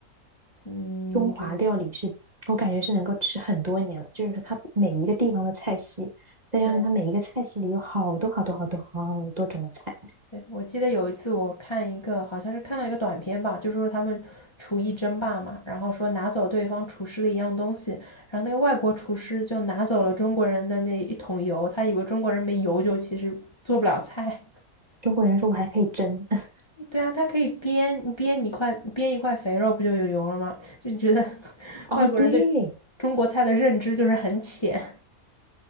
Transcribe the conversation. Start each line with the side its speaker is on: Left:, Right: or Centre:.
Left: 嗯，
Right: 中华料理是我感觉是能够吃很多年的，
Left: 就是
Right: 就是它每一个地方的菜系，再加上它每一个菜系里有好多好多好多好多种的菜。
Left: 对对。我记得有一次我看一个，好像是看到一个短片吧，就说他们厨艺争霸嘛，然后说拿走对方厨师的一样东西，然后那个外国厨师就拿走了中国人的那一桶油，他以为中国人没油就其实做不了菜。
Right: 中国人说我还可以蒸，<laughs>
Left: 对啊，它可以煸煸一块煸一块肥肉，不就有油了吗？就觉得 <laughs>
Right: 哦，
Left: 外国人对中国菜的认知就是很浅。
Right: 对，